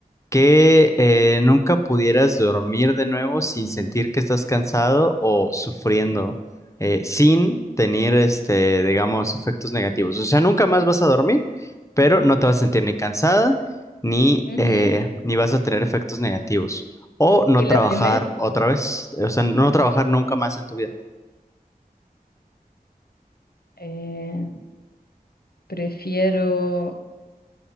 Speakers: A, on the left; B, on the left.
A: que eh, nunca pudieras dormir de nuevo sin sentir que estás cansado o sufriendo, eh, sin tener, este, digamos, efectos negativos. O sea, nunca más vas a dormir, pero no te vas a sentir ni cansada, ni,
B: ujú.
A: eh, ni vas a tener efectos negativos. O no
B: Y la
A: trabajar
B: primer,
A: otra vez, o sea, no trabajar nunca más en tu vida.
B: eh, prefiero,